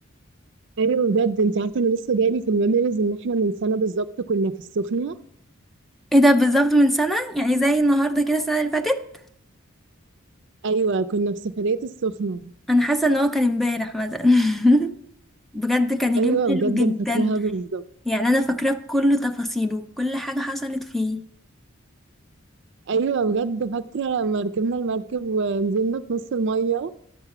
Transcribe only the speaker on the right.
ايوه بجد انت عارفه انا لسه جالي في الميموريز ان احنا من سنه بالظبط كنا في السخنه
ايوه كنا في سفريه السخنه
ايوه
بجد
انا فاكراها بالظبط
ايوه بجد فاكره لما ركبنا المركب ونزلنا في نص الميه